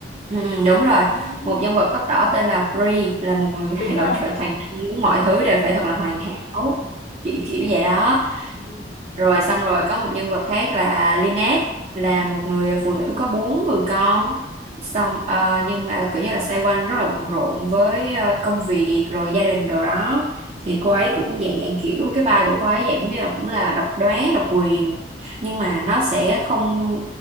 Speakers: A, on the right; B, on the left.
A: ừ, ừ, đúng rồi
B: Ừ,
A: một nhân vật tóc đỏ tên là Bree là một người <laughs>
B: đúng rồi.
A: nội trợ toàn năng muốn mọi thứ đều phải thật là hoàn hảo kiểu kiểu vậy đó
B: Ừ.
A: rồi xong rồi có một nhân vật khác là Lynette là một người phụ nữ có bốn người con xong ờ, nhưng mà kiểu như là xoay quanh rất là bận rộn với ờ, công việc rồi gia đình đồ đó thì cô ấy cũng dạng dạng kiểu cái vai của cô ấy dạng như là cũng là độc đoán độc quyền nhưng mà nó sẽ không